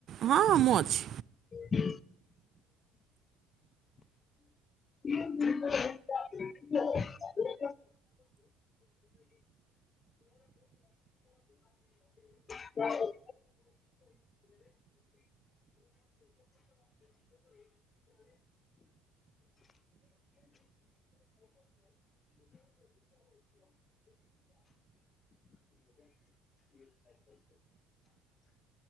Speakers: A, on the right; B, on the left.
A: ହଁ ମୁଁ ଅଛି।
B: ହୁଁ <inaudible> କ୍ୟା ହେ?